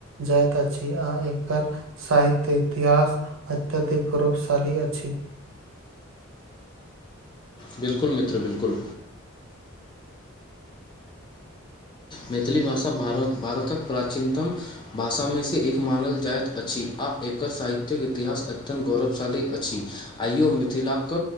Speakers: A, on the right (about 70°); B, on the left (about 20°).
A: जाइत अछि अ अ एकर साहित्य इतिहास अत्यधिक गौरवशाली अछि
B: बिलकुल मित्र बिलकुल मैथिली भाषा भारत भारतक प्राचीनतम भाषा मे सँ एक मानल जाइत अछि आ एकर साहित्यक इतिहास अत्यन्त गौरवशाली अछि आइयो मिथिलाक